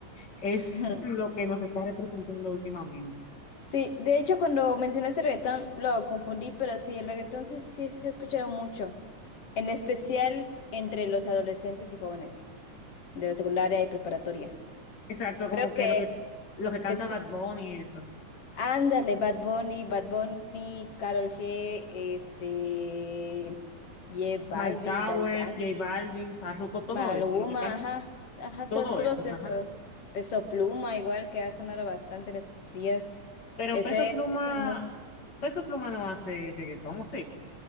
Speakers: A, on the left (about 40°); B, on the left (about 55°).
A: es
B: <laughs>
A: lo que nos está representando últimamente.
B: Sí, de hecho cuando mencionaste reggaetón lo confundí, pero sí, el reggaetón sí, sí se ha escuchado mucho, en especial entre los adolescentes y jóvenes de la secundaria y preparatoria.
A: Exacto,
B: Veo
A: como que
B: que
A: lo que lo que canta
B: escuchan
A: Bad Bunny y eso.
B: Ándale, Bad Bunny, Bad Bunny, Karol G, este, J Balvin,
A: Mike Towers,
B: Daddy Yankee,
A: J Balvin, Farruko, todo
B: Maluma,
A: eso, lo que canta,
B: ajá, ajá,
A: todo
B: to- todos
A: eso,
B: esos.
A: ajá.
B: Peso Pluma, igual que ha sonado bastante en estos días.
A: Pero
B: Ese,
A: Peso Pluma,
B: esa es música.
A: Peso Pluma no hace reggaetón, ¿o sí?